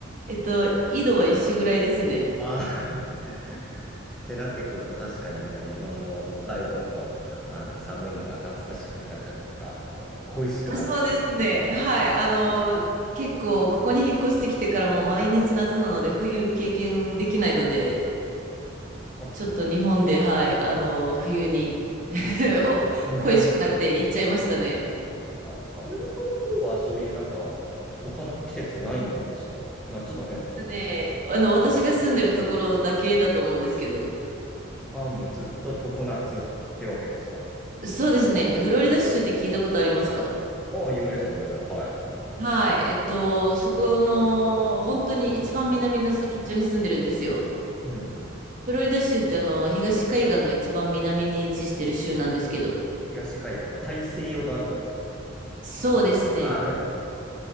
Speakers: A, on the right; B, in the centre.
A: えっと、緯度は一緒ぐらいですね。
B: あー <laughs> ってなってくると確かになんか日本の北海道の、あの寒いのが懐かしく、懐かしいというか、あの恋しくなりますね。
A: あ、そうですね。はい。あの、結構、ここに引っ越してきてからもう毎日夏なので、冬経験できないので、
B: <laughs> あ、
A: ちょっと日本で、はい、あの、冬に <laughs>
B: うん
A: お恋しくなって行っちゃいましたね。
B: <laughs> あれ、アメリカの方はそういうなんか他の季節ないんですか夏だけなんですか
A: ね、あの、私が住んでるところだけだと思うんですけど、
B: ああもうずっと常夏ってわけですか
A: そうですね。フロリダ州って聞いたことありますか
B: ああ、有名ですね、フロリダは。はい。
A: はい。えっと、そこの、本当に一番南の先っちょに住んでるんですよ。
B: うん。
A: フロリダ州ってあの、東海岸の一番南に位置してる州なんですけど。
B: 東海岸と大西洋側の方ですよね。
A: そうですね。
B: はい。